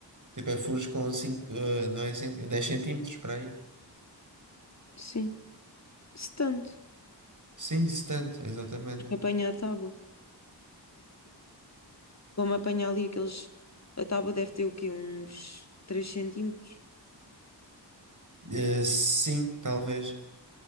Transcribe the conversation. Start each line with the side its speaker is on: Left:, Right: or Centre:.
Right: Tipo, é furos com 5, não é cinco, dez centímetros para aí.
Left: Sim, se tanto.
Right: Sim, 70, exatamente.
Left: Porque apanha a tábua. Como apanha ali aqueles. A tábua deve ter o quê? Uns 3 centímetros.
Right: Eh, sim, talvez.